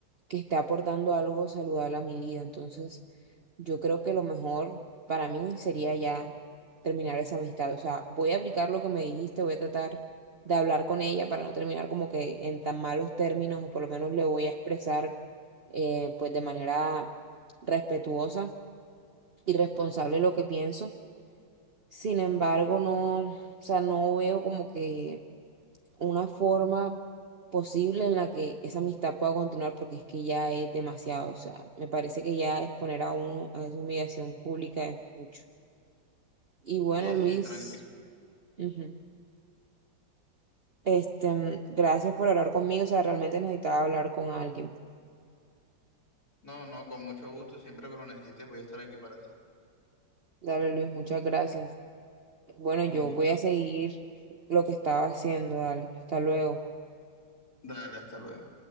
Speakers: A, on the right; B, on the left.
A: que esté aportando algo saludable a mi vida. Entonces, yo creo que lo mejor para mí sería ya terminar esa amistad. O sea, voy a aplicar lo que me dijiste, voy a tratar de hablar con ella para no terminar como que en tan malos términos, o por lo menos le voy a expresar eh, pues de manera respetuosa irresponsable lo que pienso. Sin embargo, no, o sea, no veo como que una forma posible en la que esa amistad pueda continuar porque es que ya es demasiado, o sea, me parece que ya exponer a uno a esa humillación pública es mucho. Y bueno,
B: Sí,
A: Luis,
B: sí, tranquilo.
A: ujú, Este, mm, gracias por hablar conmigo, o sea, realmente necesitaba hablar con alguien.
B: No, no, con mucho gusto, siempre que lo necesites voy a estar aquí para ti.
A: Dale, Luis, muchas gracias. Bueno, yo
B: Con gusto.
A: voy a seguir lo que estaba haciendo, dale, hasta luego.
B: Dale, hasta luego.